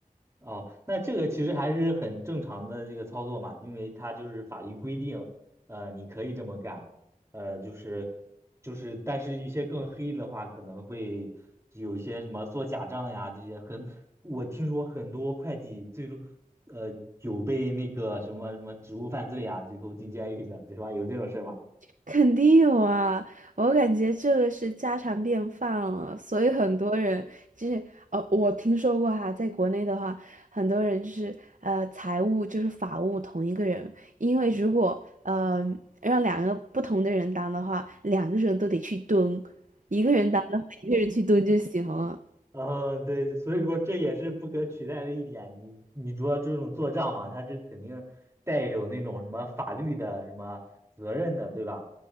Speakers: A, on the right (about 20°); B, on the right (about 60°).
A: 哦，那这个其实还是很正常的这个操作嘛，因为它就是法律规定，呃，你可以这么干，呃，就是就是，但是一些更黑的话，可能会有一些什么做假账呀这些很，我听说很多会计最终，呃，有被那个什么什么职务犯罪啊，最后进监狱的，对吧？有这种事儿吗？
B: <laughs> 肯定有啊，我感觉这个是家常便饭了，所以很多人就是呃，我听说过哈，在国内的话，很多人就是呃，财务就是法务同一个人，因为如果呃让两个不同的人当的话，两个人都得去蹲，一个人当的话，一个人去蹲就行了。
A: 嗯，对，所以说这也是不可取代的一点。你你说这种做账嘛，它是肯定带有那种什么法律的什么责任的，对吧？